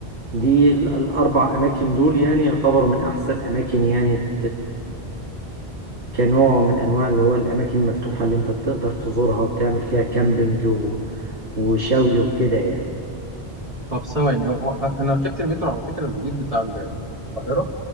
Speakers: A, on the right; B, on the right.
A: دي ال- الأربع أماكن دول يعني يعتبروا من أحسن أماكن يعني كنوع من انواع اللي هو الاماكن المفتوحه اللي انت تقدر تزورها وتعمل فيها كامبينج و... وشوي وكده يعني
B: طب ثواني هو انا ركبت المترو على فكره الجديد بتاع ال- ال- القاهره